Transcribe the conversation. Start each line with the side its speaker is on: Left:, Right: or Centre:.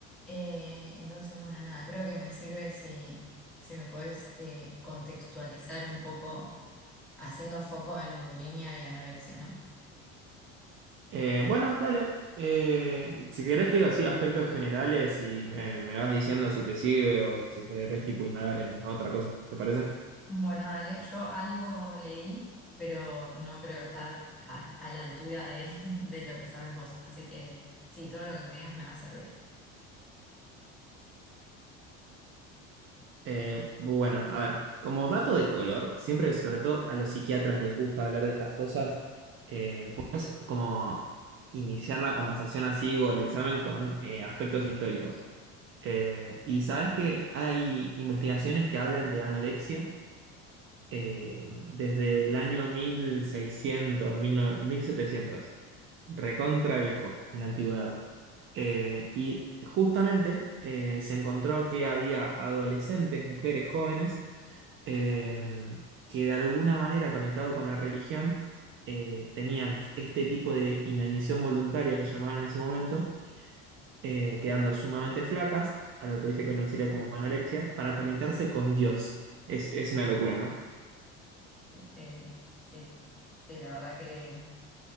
Centre: Eh, entonces, bueno, nada, creo que me sirve si, si me podés eh, contextualizar un poco haciendo foco en bulimia y anorexia, ¿no?
Right: Eh, bueno, dale. Eh, si querés te digo así aspectos generales y me, me vas diciendo si te sirve o si querés tipo indagar en otra cosa, ¿te parece?
Centre: Bueno, dale, yo algo leí, pero no creo estar a, a la altura de, <laughs> de lo que sabes vos. Así que sí, todo lo que me digas me va a servir. <laughs>
Right: Eh, bueno, a ver, como dato de color, siempre, sobre todo a los psiquiatras les gusta hablar de estas cosas, eh, puedes como iniciar la conversación así o el examen con eh, aspectos históricos. Eh, y sabes que hay investigaciones que hablan de anorexia eh, desde el año 1600, mil nove- mil setecientos recontra viejo en la antigüedad. Eh, y justamente eh, se encontró que había adolescentes, mujeres jóvenes, eh, que de alguna manera conectado con la religión eh, tenían este tipo de inanición voluntaria, le llamaban en ese momento, eh, quedando sumamente flacas, a lo que hoy se conocería como anorexia, para conectarse con Dios. Es, es una locura, ¿no?
Centre: Eh, sí, sí, la verdad que,